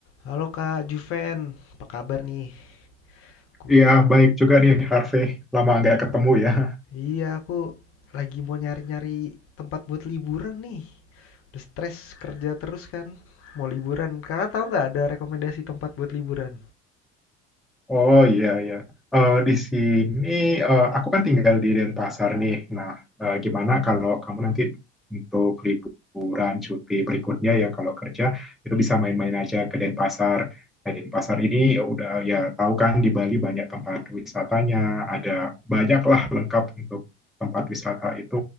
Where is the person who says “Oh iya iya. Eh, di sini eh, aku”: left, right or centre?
Centre